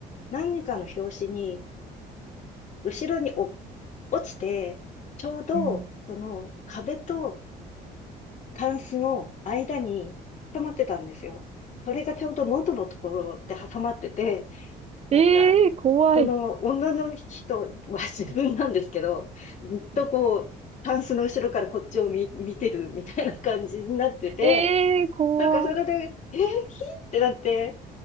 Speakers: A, on the left; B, on the right.
A: 何かの拍子に、後ろにお落ちて、ちょうど、
B: うん。
A: その壁とタンスの間に挟まってたんですよ。それがちょうど喉のところで挟まってて、なんか、
B: ええ怖い。
A: その女の人は <laughs> 自分なんですけど、ずっとこう、
B: うん
A: タンスの後ろからこっちを見、見てるみたいな感じになってて、
B: ええー怖い。
A: なんかそれで、え、ひってなって、